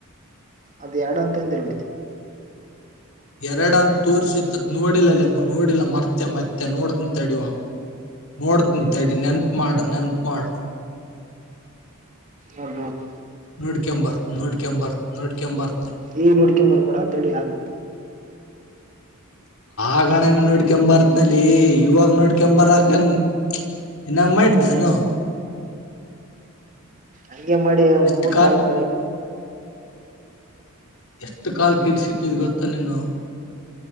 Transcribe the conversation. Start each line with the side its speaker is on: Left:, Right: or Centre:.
Right: ಅದ್ ಎರಡು ಅಂತ ಅಂಧಲ್ ಮತ್ತ
Left: ಎರಡಂತ ತೋರ್ರಿಸ ನೋಡಿಲ್ಲಲೆ ನೋಡಿಲ್ಲ ಮರ್ತೆ ಮತ್ತೆ ನೋಡ್ತಂತಡಿ ಇವಾಗ ನೋಡ್ತನ್ಂತೈಡಿ ನೆನ್ಪು ಮಾಡಾ ನೆನ್ಪ ಮಾಡಾ
Right: ನೋಡ್ ನೋಡ್
Left: ನೋಡ್ ಕೆಂಬರ್ ನೋಡ್ ಕೆಂಬರ್ ನೋಡ್ ಕೆಂಬರ್
Right: ಏ ನೋಡ್ಕೊ ಬರ್ಬೇಡ ತಡಿ ಆಗ್ಲು
Left: ಆಗಣನ ನೋಡ್ಕಂಬರತ್ನಲ್ಲಿ ಇವಾಗ ನೋಡ್ಕಂಬರಕನ್ ಇನ್ನ್ ಮಾಡೈಟ್ದೆನುೋ <unintelligible>
Right: ಹಗೆ ಮಾಡಿ
Left: ಎಷ್ಟು
Right: ಮೂರ್ ಕಾಲಕ
Left: ಎಷ್ಟ ಕಾಲ ಕ ಇಡ್ಸಿಟ್ಟಿದ್ ಗೊತ್ತ ನೀನು